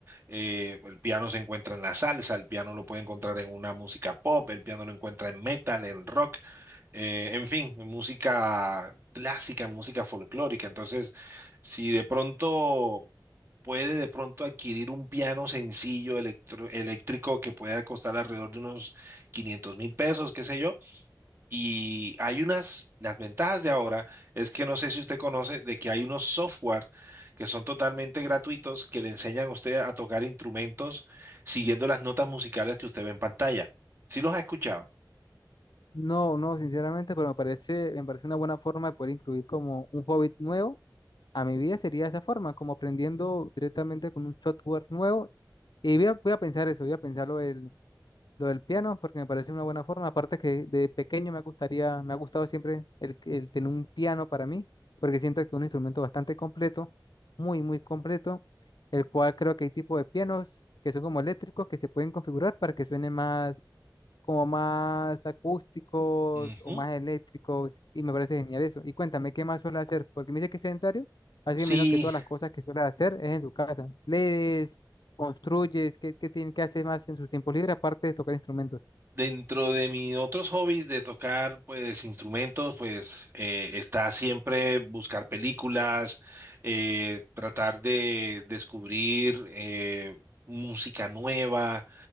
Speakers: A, on the right; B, on the left.
A: Eh, el piano se encuentra en la salsa, el piano lo puede encontrar en una música pop, el piano lo encuentra en metal, en rock, eh, en fin, en música clásica, en música folclórica. Entonces, si de pronto puede de pronto adquirir un piano sencillo electro- eléctrico que pueda costar alrededor de unos 500 mil pesos, qué sé yo, y hay unas, las ventajas de ahora es que no sé si usted conoce de que hay unos software que son totalmente gratuitos que le enseñan a usted a tocar instrumentos siguiendo las notas musicales que usted ve en pantalla. ¿Sí los ha escuchado?
B: No, no, sinceramente, pero me parece, me parece una buena forma de poder incluir como un hobby nuevo a mi vida sería de esa forma, como aprendiendo directamente con un software nuevo. Y voy a, voy a pensar eso, voy a pensar lo del, lo del piano, porque me parece una buena forma. Aparte que de pequeño me gustaría, me ha gustado siempre el, el tener un piano para mí, porque siento que es un instrumento bastante completo, muy, muy completo, el cual creo que hay tipos de pianos que son como eléctricos, que se pueden configurar para que suenen más como más acústicos
A: Ujú.
B: o más eléctricos y me parece genial eso. Y cuéntame, ¿qué más suele hacer? Porque me dice que es sedentario, así
A: Sí,
B: que menos que todas las cosas que suele hacer es en su casa. ¿Lees, construyes, qué, qué tiene que hacer más en su tiempo libre aparte de tocar instrumentos?
A: dentro de mis otros hobbies de tocar pues instrumentos, pues eh, está siempre buscar películas, eh, tratar de descubrir eh, música nueva.